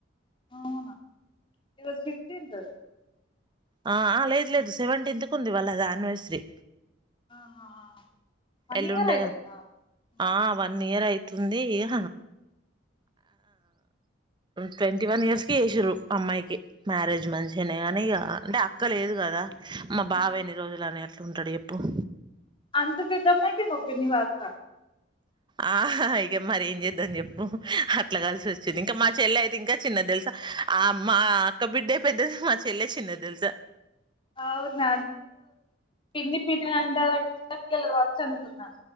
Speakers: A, on the left (about 25°); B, on the right (about 25°).
A: అవునా ఇరోజ ఫిఫ్టీన్త్
B: ఆ లేదు లేదు సెవెంటీన్త్ కు ఉంది వాళ్ళది అనివర్సరీ
A: ఆహా వన్
B: ఎలుండే
A: ఇయర్ అయితుందా అమ్మాయిది
B: ఆ వన్ ఇయర్ యితే తుంద ఇా ట్వంటీ వన్ ఇయర్స్కి చేసిర్రు అమ్మాయికి మ్యారేజ్ మంచినే కానీ ఇక అంటే అక్క లేదు కదా మా బావ
A: ఆ,
B: ఎన్ని రోజులునే అట్లా ఉంటాడు ఎప్పుడు
A: అంత విద్దమ్మాకి నవప్పనివాస
B: ఆ ఇక మర ఏం చేద్దాం చెప్పు అట్లా కలిసి వచ్చింది. ఇంకా మా చెల్లె అయితే ఇంకా చిన్నది తెలుసా. ఆ మా మా అక్క బిడ్డఏ పెద్దది. మా చెల్లె చిన్నది. తెలుసా
A: అవును న ప్ పి అంటంటే చిన్న పిల్లలు కావచ్చు అనుకున్నా